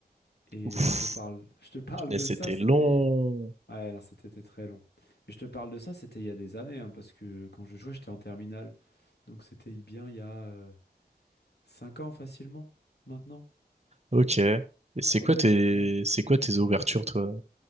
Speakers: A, on the left; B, on the right.
A: Et
B: Ouf,
A: je te parle, je te parle
B: punaise,
A: de
B: c'était
A: ça, c'était.
B: long.
A: Ouais, non, c'était c'était très long. Mais je te parle de ça, c'était il y a des années, hein, parce que quand je jouais, j'étais en terminale. Donc c'était bien il y a euh, 5 ans facilement, maintenant.
B: Ok. Et
A: Pr-
B: c'est
A: Première
B: quoi tes,
A: terminale.
B: c'est quoi tes ouvertures, toi,